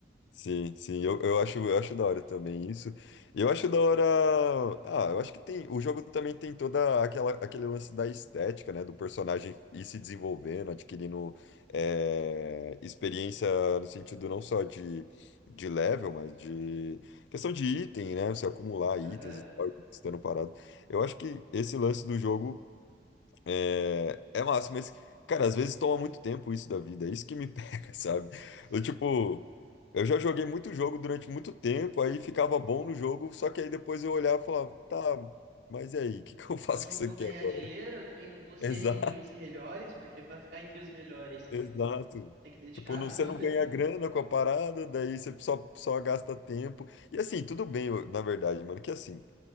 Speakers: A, on the left; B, on the right.
A: Sim, sim, eu, eu acho, eu acho da hora também isso. E Eu acho da hora. Ah, eu acho que tem. O jogo também tem toda aquela, aquele lance da estética, né? Do personagem ir se desenvolvendo, adquirindo eh, experiência no sentido não só de, de level, mas de questão de item, né? Você acumular itens
B: Aham.
A: e tal, estando parado. Eu acho que esse lance do jogo. É, é massa, mas, cara, às vezes toma muito tempo isso da vida, é isso que me <laughs> pega, sabe?
B: Sim.
A: Eu, tipo, eu já joguei muito jogo durante muito tempo, aí ficava bom no jogo, só que aí depois eu olhava e falava, tá, mas e aí, o que que eu <laughs> faço
B: Eu não
A: com isso
B: vou
A: aqui
B: ganhar
A: agora?
B: dinheiro, eu também não
A: <laughs>
B: vou ser
A: Exato,
B: entre os melhores, porque para ficar entre os melhores
A: exato.
B: tem que dedicar
A: Tipo, não,
B: a vida.
A: você não ganha grana com a parada, daí você só, só gasta tempo. E assim, tudo bem, eu- na verdade, mano, que assim.